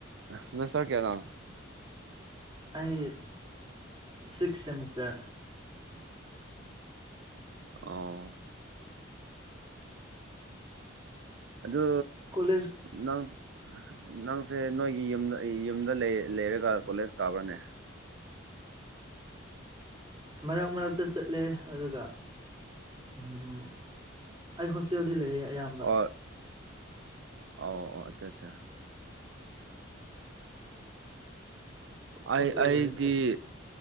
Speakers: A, on the right; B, on the right.
A: ꯁꯤꯃꯦꯁꯔ ꯀꯌꯥ ꯂ
B: ꯑꯩ ꯁꯤꯛꯁ ꯁꯦꯃꯤꯁꯇꯔ
A: ꯑꯣ ꯑꯗꯨ
B: ꯀꯣꯂꯦꯖ
A: ꯅꯪ ꯅꯪꯁꯦ ꯅꯣꯏꯒꯤ ꯌꯨꯝꯗ ꯌꯨꯝꯗ ꯂꯩꯔꯒ ꯀꯣꯂꯦꯖ ꯀꯥꯕ꯭ꯔꯥꯅꯦ
B: ꯃꯔꯛ ꯃꯔꯛꯇ ꯆꯠꯂꯦ ꯑꯗꯨꯒ ꯎꯝ ꯎꯝ ꯑꯩ ꯍꯣꯁꯇꯦꯜꯗꯤ ꯂꯩꯌꯦ ꯑꯌꯥꯝꯕ
A: ꯑꯣ ꯑꯣ ꯑꯣ ꯑꯆꯥ ꯑꯆꯥ ꯑꯩ
B: ꯍꯣꯁꯇꯦꯜ
A: ꯑꯩꯒꯤ
B: ꯂꯩꯔ ꯆꯠꯅꯤ